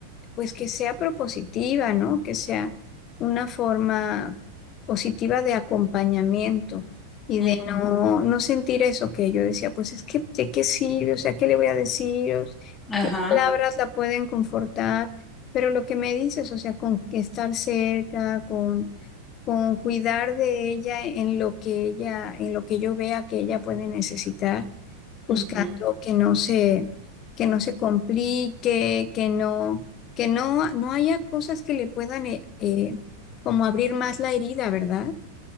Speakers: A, on the left; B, on the left.
A: pues que sea propositiva, ¿no? Que sea una forma positiva de acompañamiento y de
B: Ujú,
A: no, no sentir eso que yo decía, pues es que de qué sirve, o sea, ¿qué le voy a decir? O s-
B: Ajá.
A: ¿Qué palabras la pueden confortar? Pero lo que me dices, o sea, con que estar cerca, con, con cuidar de ella en lo que ella, en lo que yo vea que ella puede necesitar buscando
B: ujú.
A: que no se, que no se complique, que no, que no, no haya cosas que le puedan eh, eh, como abrir más la herida, ¿verdad?